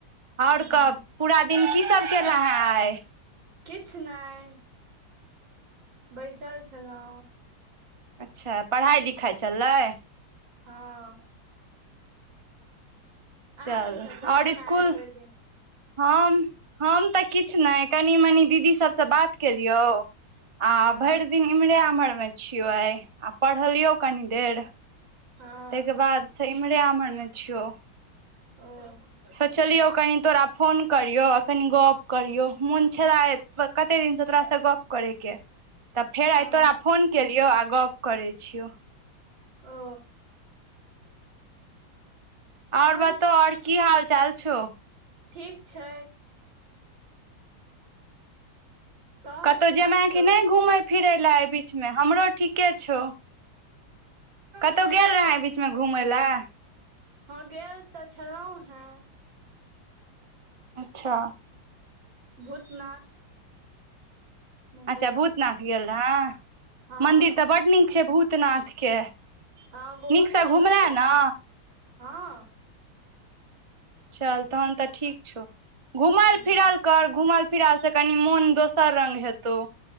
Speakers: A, on the right; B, on the right.
A: ह
B: और कह पूरा दिन की सब केल है आए
A: किछ नाए बैसल छलै
B: अच्छ पढ़ाइ लिखाइ चललै
A: हँ अहाँ
B: चल
A: की सब केलहुँ
B: और
A: हेँ
B: स्कूल
A: आइ भरि दिन
B: हम हम तऽ किछु नाए कनि मनी दीदी सबसँ बात केलियौ आ
A: हँ
B: भरि दिन इम्हरे उम्हर में छियो आ पढ़लियों कनि देर
A: हँ
B: तै के बाद से इम्हरे आम्हर मे छियौ
A: <inaudible>
B: सोचलियौ कनि तोरा फोन करियौ आ कनि गप करियौ मोन छैला कते दिन छ तोराासँ गप करे के तऽ फेर
A: हँ
B: आए तोरा फोन केलियो आ गप करै छियौ
A: ओ तहन
B: और बतऔ और की हाल चाल छौ
A: ठीक छै तोहर
B: कतहु
A: की हाल
B: जेमे
A: छौ
B: कि नाए घूमै फिरै लए एहि बीचमे हमरो ठीके छौ कतहु
A: नहि
B: गेल
A: आ
B: रहै ए बीचमे घूमए लए
A: ह गेल तऽ छलहुँं है
B: अच्छा।
A: भूतनाथ। मन्दिर
B: अच्छा भूतनाथ गेल रहे
A: हँ
B: मंन्दिर तऽ बड़ निक छै, भूतनाथके। नीक
A: हँ बहुत
B: सँ
A: नीक
B: घुमलै
A: छै
B: न।
A: हँ।
B: चल तहन तऽ ठीक छै, घुमल
A: ह
B: फिराल। घुमलै फिरालसे कनि मोन दोसर रंग हेतौ।